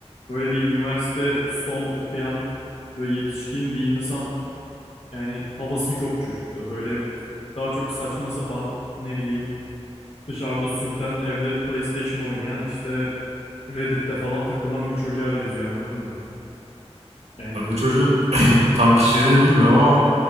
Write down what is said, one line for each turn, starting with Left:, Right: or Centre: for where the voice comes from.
Left: böyle bir üniversite son okuyan böyle yetişkin bir insan yani havası yok çocukta. Böyle daha çok saçma sapan ne bileyim Dışarıda sürten, evde PlayStation oynayan, işte Reddit'te falan takılan bir çocuğa benziyor anladın mı? Yani
Right: Ya bu çocuğun <clears throat> tam kişiliğini bilmiyorum ama